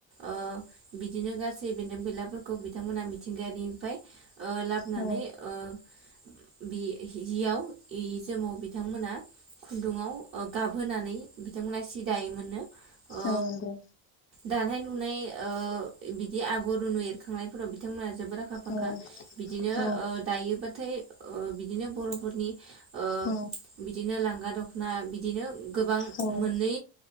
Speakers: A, on the right (about 35°); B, on the left (about 30°).
A: ओ बिदिनो गास बि बेन्दों बेनला फोरखौ बि बिथांमोनहा मिथिंगायारिनिफ्राय ओ लाबोनानै
B: औ
A: ओ बे हिआव हि जोमाव बिथांमोना खुन्दुाव गाबहोनानै बिथांमोना सि दायोमोनो ओ
B: औ नंगौ
A: दानाय लुनाय ओ बे आगर रुनु एरखांनायफोराव बिथांमोनहा जोबोद आखा फाखा
B: औ
A: बिदिनो
B: औ
A: ओ दायोबा नाथाय ओ बिदिनो बर'फोरनि ओ
B: औ
A: बिदिनो लां गा दख'ना बिदिनो गोबां
B: औ
A: मोननै